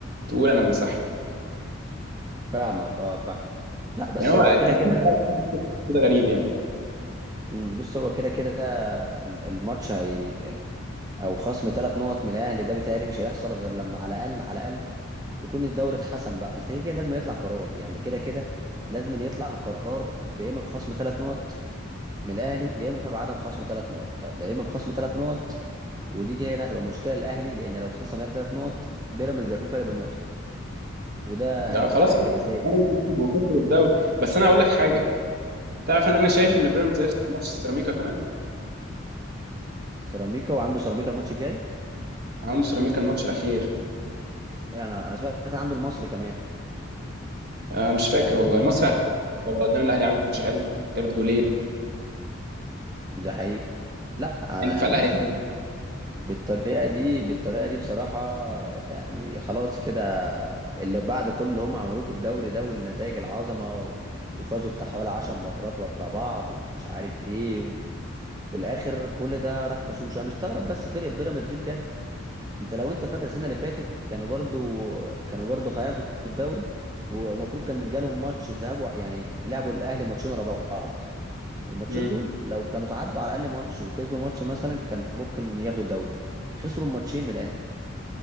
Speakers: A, on the right; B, on the right.
A: تقول انا منسحب
B: فاهمك اه فاهم لا بس
A: يعني هو
B: هو كده
A: كان
B: كده
A: في كده غريب يعني
B: مم، بص هو كده كده ال- الماتش هي او خصم ثلاث نقط من الاهلي ده بيتهيألي مش هيحصل غير لما على الاقل على الاقل يكون الدوري اتحسم بقى اصل كده كده لازم يطلع قرار يعني كده كده لازم يطلع قرار يا اما بخصم ثلاث نقط من الاهلي يا اما بعدم خصم ثلاث نقط طيب لا يا اما بخصم ثلاث نقط ودي كده هنا هتبقى مشكله للاهلي لان لو اتخصم الاهلي ثلاث نقط بيراميدز هيكون فارق بنقطه وده
A: ده
B: هيبقى
A: خلاص
B: حاجه
A: كده
B: كارثيه يعني
A: وخسر الدوري بس انا هقول لك حاجه تعرف ان انا شايف
B: قول
A: ان
B: لي.
A: بيراميدز هيخسر ماتش سيراميكا كمان
B: سيراميكا وعنده سيراميكا الماتش الجاي
A: عنده سيراميكا الماتش الاخير
B: يعني انا أنا سمعت إن عنده المصري كمان
A: آه مش فاكر
B: يعني
A: والله مصر على فكرة والله قدام الاهلي عملت ماتش حلو جابت جولين
B: ده حقيقه لا أنا
A: يعني دفاع الاهلي
B: <laughs> بالطريقه دي بالطريقه دي بصراحه يعني خلاص كده اللي بعد كل اللي هم عملوه في الدوري ده والنتائج العظمه وفازوا بتاع حوالي 10 مرات ورا بعض ومش عارف ايه في الاخر كل ده راح فشوش انا مستغرب بس فرقه بيراميدز دي بجد انت لو انت فاكر السنه اللي فاتت كانوا برضو كانوا برضو هياخدوا الدوري ومفروض كان جالهم ماتش ذهاب وع- يعني لعبوا الاهلي ماتشين ورا بعض الماتشين
A: امم
B: دول لو كانوا تعادلوا على الاقل ماتش وكسبوا ماتش مثلا كان ممكن ياخدوا الدوري خسروا الماتشين من الاهلي